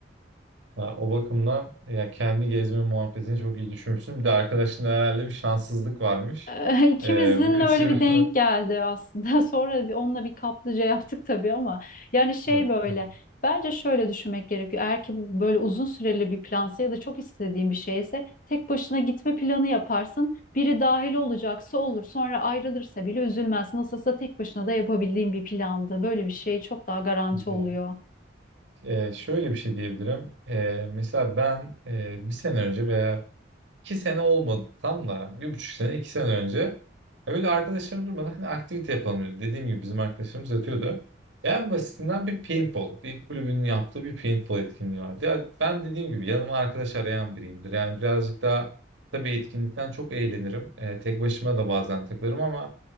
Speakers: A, on the right; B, on the left.
A: Ya o bakımdan ya kendi gezme muhabbetini çok iyi düşünmüşsün. Bir de arkadaşında herhalde bir şanssızlık varmış.
B: Eee, <laughs> İkimizin
A: Ee, bir
B: de öyle
A: tür...
B: bir denk
A: <laughs>
B: geldi aslında. <laughs> Sonra bir onunla bir kaplıca yaptık tabii ama yani şey
A: Evet,
B: böyle
A: tamam.
B: bence şöyle düşünmek gerekiyor. Eğer ki bu böyle uzun süreli bir plansa ya da çok istediğin bir şeyse tek başına gitme planı yaparsın. Biri dahil olacaksa olur. Sonra ayrılırsa bile üzülmezsin. Nasılsa tek başına da yapabildiğin bir plandı. Böyle bir şey çok daha garanti
A: Ya,
B: oluyor.
A: e, şöyle bir şey diyebilirim. E, mesela ben e, bir sene önce veya iki sene olmadı tam da bir buçuk sene iki sene önce Öyle arkadaşlarım durmadan hani aktivite yapalım dedi. Dediğim gibi bizim arkadaşlarımız yatıyordu. En basitinden bir paintball. Bir kulübünün yaptığı bir paintball etkinliği vardı. Ya ben dediğim gibi yanıma arkadaş arayan biriyimdir. Yani birazcık daha tabii etkinlikten çok eğlenirim. Ee, tek başıma da bazen takılırım ama